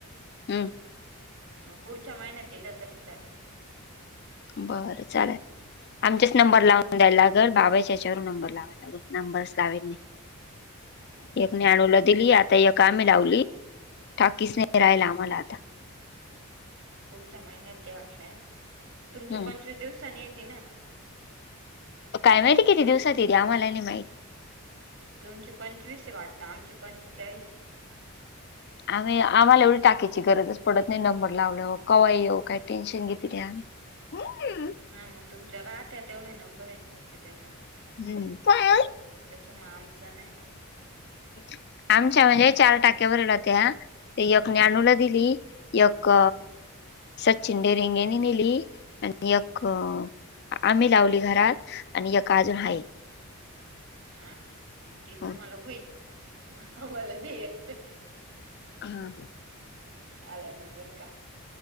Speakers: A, on the left; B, on the right.
A: हम
B: मग पुढच्या महिन्यात दिलं तरी चाल
A: बरं चालेल आमचेच नंबर लावून द्यायलागल बाबाच्याच्यावरून नंबर लावायला लाग नंबरच लावीन नाही
B: ह
A: एक ज्ञानु ला दिली आता एक आम्ही लावली ठाकीसने रायला आम्हाला आता
B: च्या महिन्यात द्या वाटल्यास तुमची
A: हम्म
B: पंचवीस दिवसानी येते ना
A: काय माहिती किती दिवसात येते आम्हाला नाही माहिती.
B: तुमची पंचवीस वाटत आमची पंचेचाळीस य
A: आम्ही आम्हाला एवढी टाकीची गरजच पडत नाही नंबर लावल्यावर कवाई येऊ काय टेन्शन घेतली नाही आम्ही <unintelligible>
B: हा मग तुमच्या राहत तेवढे नंबर आहे न तुमचे त्या
A: हम काय
B: तसं मग आमचं नाही
A: <unintelligible> आमच्या म्हणजे <unintelligible> त्य एक ज्ञानूला
B: हा
A: दिली एक
B: हा
A: सचिन डेरिंगेने नेली आणि एक
B: हा
A: अमित - लावली घरात आणि एक अजून हाय
B: हा ना मग ते
A: हा
B: तुम्हाला होईल मग आम्हाला दे एक
A: हा.
B: आला नंबर का